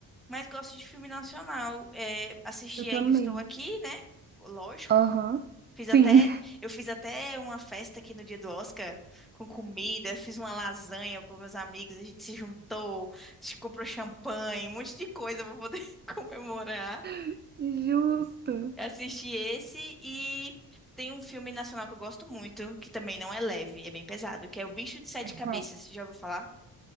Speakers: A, in the centre; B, on the right.
A: mas gosto de filme nacional. É, assisti
B: Eu também.
A: Ainda Estou Aqui, né? Lógico.
B: Aham.
A: Fiz
B: Sim.
A: até, eu fiz até uma festa aqui no dia do Oscar com comida, fiz uma lasanha para meus amigos, a gente se juntou, a gente comprou champanhe, um monte de coisa para poder <laughs> comemorar.
B: <laughs> Justo.
A: Assisti esse e tem um filme nacional que eu gosto muito, que também não é leve, é bem pesado, que é O Bicho de Sete
B: É
A: Cabeças,
B: qual?
A: já ouviu falar?